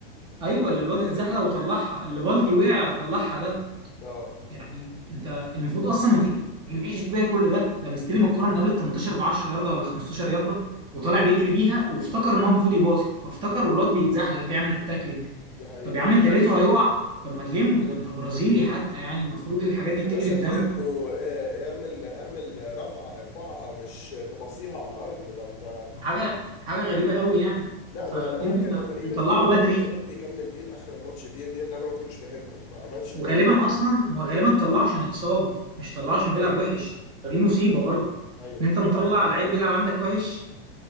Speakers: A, on the left; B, on the right.
A: الت...
B: ايوه
A: كان
B: اللي
A: التالت
B: الواد اتزحلق وطلعها اللي بالدي
A: اه
B: وقع طلعها ده
A: اه
B: يعني انت المفروض اصلا ما تجريش بيها كل ده ده مستلم الكرة من قبل ال 18 ب 10 ياردة ولا 15 ياردة وطالع بيجري بيها وافتكر ان هو المفروض يباصي فافتكر والواد بيتزحلق بيعمل التاكلينج
A: دي حقيقة
B: طب يا عم انت لقيته هيقع طب ما تلمه ده انت برازيلي حتى يعني المفروض الحاجات دي
A: يا
B: بتجري
A: باشا
B: في
A: تلم
B: دمك
A: واعمل اعمل رفعة ارفعها مش تبصيها على الأرض ده انت
B: حاجه حاجه غريبه قوي يعني
A: لا
B: فانت
A: وهو كان الغريب
B: مطلعه
A: ان هو
B: بدري
A: انشيلوتي يكمل بيه لاخر الماتش دي دي اللي انا ما كنتش فاهمها ما عملش
B: وغالبا
A: تبديلات
B: اصلا
A: بدري
B: هو غالبا طلعه عشان اتصاب مش طلعه عشان بيلعب
A: ايوه
B: وحش
A: ايوه
B: فدي مصيبه برضه
A: ايوه
B: ان انت مطلع لعيب بيلعب عندك وحش